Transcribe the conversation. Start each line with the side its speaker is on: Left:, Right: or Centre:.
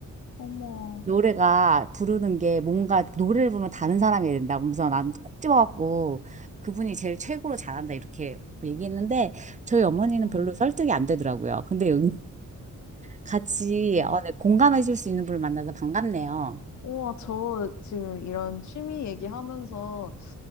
Left: 어머.
Right: 노래가 부르는 게 뭔가 노래를 부르면 다른 사람이 된다. 그러면서 난콕 집어갖고 그분이 제일 최고로 잘한다. 이렇게 얘기했는데 저희 어머니는
Left: 어,
Right: 별로 설득이 안 되더라고요. 근데 여기 같이
Left: 네.
Right: 어, 네, 공감해 줄 수 있는 분을 만나서 반갑네요.
Left: 우와, 저 지금 이런 취미 얘기하면서